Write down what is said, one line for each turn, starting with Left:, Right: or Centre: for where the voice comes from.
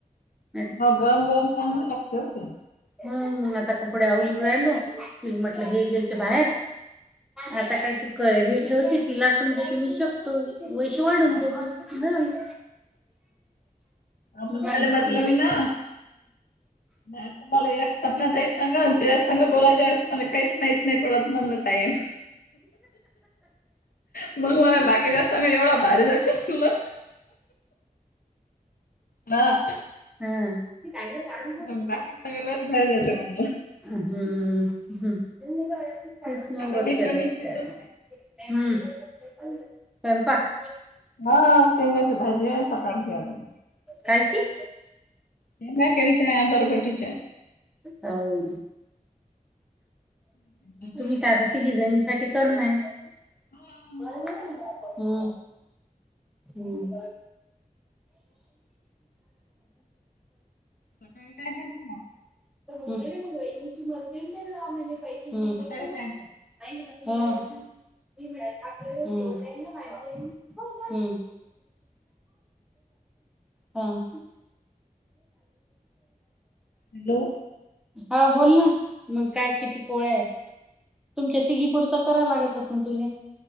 Centre: मी
Left: हो गरम गरम चांगलं लागतय ओ ते.
Centre: हम्म. मग, आता कपडे आवरून राहिलो तिले म्हटलं हे गेलते बाहेर. आता कायते हे ठेवते, ती लाटून देते मी शेकतो. <unintelligible> वाढून
Left: हा
Centre: देत झालं
Left: अमृताला
Centre: बरं.
Left: म्हटलं मी ना नाही तुम्हाला एक स्वप्ना ताई, सांगा ते सांग बोलायच्या तुम्हाला काही माहीत नाही पडत म्हणलं, टाईम मग मला बाकी जास्त सगळ एवढं भारी जाते म्हटलो. हा
Centre: हम्म. काय करू काढून.
Left: मग, बाकी सगळ लय भारी जाते म्हणलं.
Centre: हम्म. हम्म. तेच ना
Left: आता
Centre: रोजच्या
Left: मी कणिक
Centre: रोजच
Left: भिजवत
Centre: आहे मग, हम्म. स्वयंपाक
Left: हा, शेंगाची भाजी आहे सकाळची आजून
Centre: कायची
Left: शेंगा केलत्या बरबटीच्या.
Centre: हो.
Left: डबा
Centre: तुम्ही
Left: आणून
Centre: काय
Left: दिला.
Centre: आता तिघीजनीसाठी कर नाय
Left: हा
Centre: हम्म. हम्म.
Left: सकाळी काय झालत मग?
Centre: <unintelligible> हम्म.
Left: सकाळीचाय.
Centre: हो, हम्म. हम्म. हो.
Left: हॅलो.
Centre: हा बोल ना, मंग काय किती पोळ्या येत. तुमच्या तिघीपुर्त करावं लागत असन तुले?